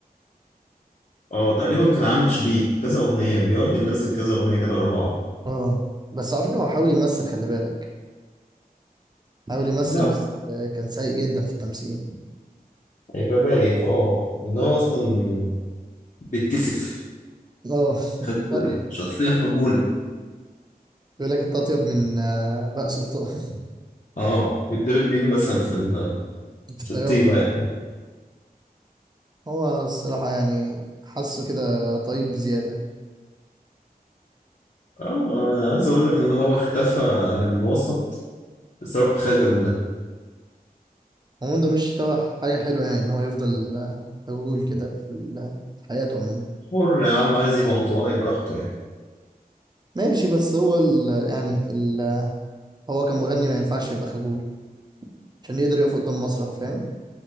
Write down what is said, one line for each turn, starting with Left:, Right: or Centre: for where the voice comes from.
Left: آه تقريبا كان عامل شريط كذا أغنية بيقعد ينزل كذا أغنية كده ورا بعض
Right: اه بس على فكره هو حاول يمثل خلي بالك حاول يمثل
Left: لا
Right: بس آه، كان سيء جدا في التمثيل
Left: هيبقى بايخ آه إن هو أصلا بيتكسف
Right: اه <laughs>
Left: خجولة
Right: طيب
Left: شخصية خجولة
Right: بيقول لك انت اطيب من آه، بهاء سلطان <laughs>
Left: آه بيتضرب بيه المثل في ال-
Right: في الطيابه
Left: في الطيبة يعني
Right: هو الصراحه يعني حاسه كده طيب بزياده
Left: آه أنا عايز أقول لك إن هو اختفى عن الوسط بسبب خجله ده
Right: عموما ده مش حاجه حلوه يعني ان هو يفضل آه، خجول كده في ال- في حياته عموما
Left: حر يا عم عايز يبقى انطوائي براحته يعني
Right: ماشي بس هو ال يعني ال هو كمغني ما ينفعش يبقى خجول عشان يقدر يقف قدام مسرح فاهم